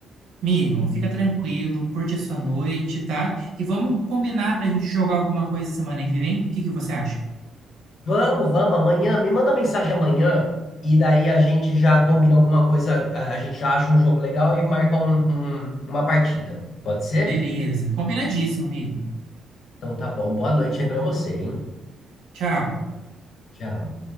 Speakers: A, on the right (about 80°); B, on the left (about 60°).
A: Amigo, fica tranquilo, curte a sua noite, tá? E vamos combinar pra gente jogar alguma coisa semana que vem? O que que você acha?
B: Vamos, vamos, amanhã. Me manda mensagem amanhã, e daí a gente já combina alguma coisa, a a gente já acha um jogo legal e marca um- um- uma partida. Pode ser?
A: Beleza, combinadíssimo, amigo.
B: Então tá bom. Boa noite aí pra você, hein?
A: Tchau.
B: Tchau.